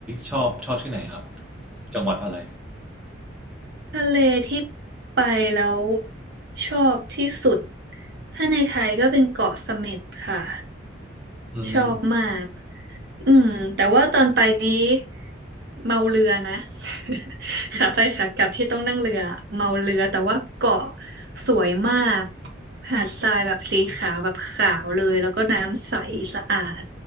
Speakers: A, in the centre; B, on the right.
A: ชอบชอบที่ไหนครับจังหวัดอะไร
B: ทะเลที่ไปแล้วชอบที่สุดถ้าในไทยก็เป็นเกาะเสม็ดค่ะ
A: อืม
B: ชอบมากอืมแต่ว่าตอนไปนี้เมาเรือนะ <laughs> ขาไปขากลับที่ต้องนั่งเรือเมาเรือแต่ว่าเกาะสวยมากหาดทรายแบบสีขาวแบบขาวเลยแล้วก็น้ำใสสะอาด